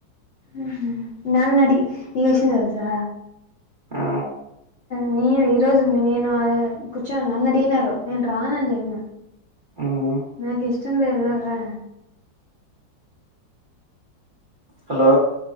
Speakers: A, on the left; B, on the right.
A: ఊహుం నన్నీ అడిగి నీకో విషయం తెలుసా
B: ఆ,
A: నే ఈ రోజు నేను కూర్చో అని నన్ను అడిగినారు నేను రానని చెప్పిన
B: ఉమ్,
A: నాకిష్టం నాకిష్టం లేదు రా
B: హలో